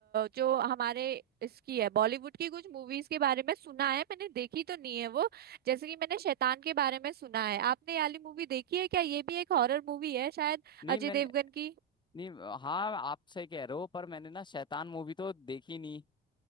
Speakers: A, on the right; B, on the left.
A: जो हमारे इसकी है बॉलीवुड की कुछ मूवीज के बारे में सुना है मैंने देखी तो नहीं है वो जैसे कि मैंने शैतान के बारे में सुना है आपने ये वाली मूवी देखी है क्या ये भी एक हॉरर मूवी है शायद
B: नहीं
A: अजय
B: मैंने
A: देवगन की
B: नहीं हाँ आप सही कह रहे हो पर मैंने ना शैतान मूवी तो देखी नहीं